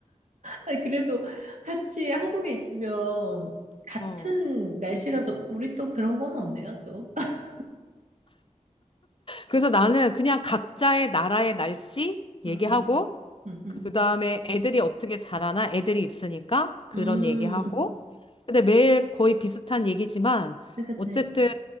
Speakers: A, on the right; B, on the left.
A: 아니, 그래도 같이 한국에 있으면 같은
B: 어.
A: 날씨라서 우리 또 그런 건 없네요, 또. <laughs>
B: 그래서 나는 그냥 각자의 나라의 날씨 얘기하고,
A: 음, 음, 음,
B: 그 다음에 애들이 어떻게 자라나 애들이 있으니까 그런
A: 음.
B: 얘기하고,
A: 음,
B: 근데 매일 거의 비슷한 얘기지만,
A: 그치.
B: 어쨌든,
A: 그치.